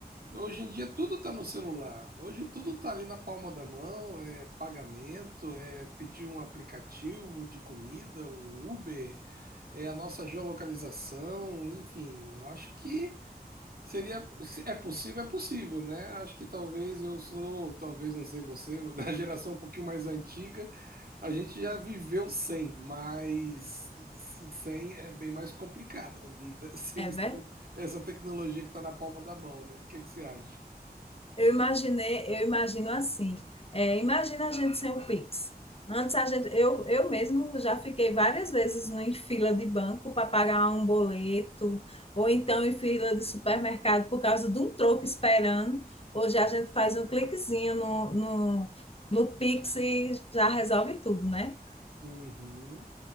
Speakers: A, on the right; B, on the left.
A: Hoje em dia tudo está no celular. Hoje tudo está ali na palma da mão, é pagamento, é pedir um aplicativo de comida, um Uber, é a nossa geolocalização, enfim, eu acho que seria, se é possível, é possível, né? Acho que talvez eu sou, talvez não sei você, <laughs> mas da geração um pouquinho mais antiga, a gente já viveu sem, mas sem é bem mais complicada a vida, <laughs> sem,
B: É verdade.
A: sem essa tecnologia que está na palma da mão, né? O que que você acha?
B: Eu imaginei, eu imagino assim. É, imagina a gente sem o Pix. Antes a gente, eu, eu mesmo já fiquei várias vezes em fila de banco para pagar um boleto, ou então em fila de supermercado por causa de um troco esperando. Hoje a gente faz um cliquezinho no, no, no Pix e já resolve tudo, né?
A: Uhum.